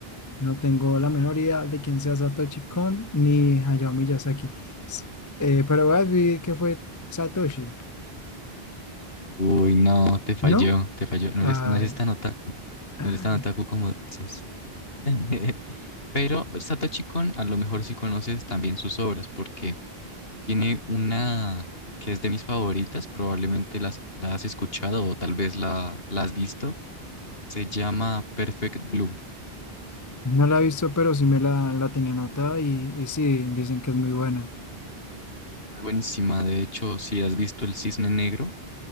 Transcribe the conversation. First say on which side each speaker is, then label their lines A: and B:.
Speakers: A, on the left; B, on the left.
A: no tengo la menor idea de quién sea Satoshi Kon ni Hayao Miyazaki. S- eh, pero voy a decir que fue Satoshi,
B: Uy, no, te falló,
A: ¿no?
B: te falló. No
A: Ay,
B: eres, no eres tan otaku.
A: <gasps> ah,
B: No eres tan otaku como dices. <laughs> Pero Satoshi Kon, a lo mejor sí conoces también sus obras, porque tiene una que es de mis favoritas, probablemente las- la has escuchado o tal vez la, la has visto. Se llama Perfect Blue.
A: no la he visto, pero sí me la, la tenía anotada y, y sí, dicen que es muy buena.
B: Buenísima, de hecho, si has visto El Cisne Negro,